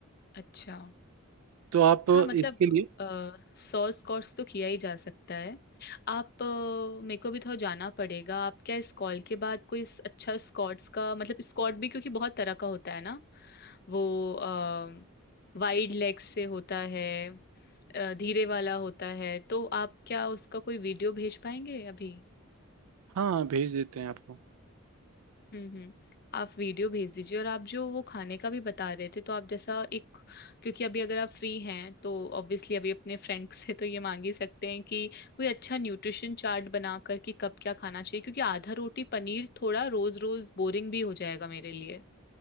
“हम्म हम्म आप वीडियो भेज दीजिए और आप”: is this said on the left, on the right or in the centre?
Left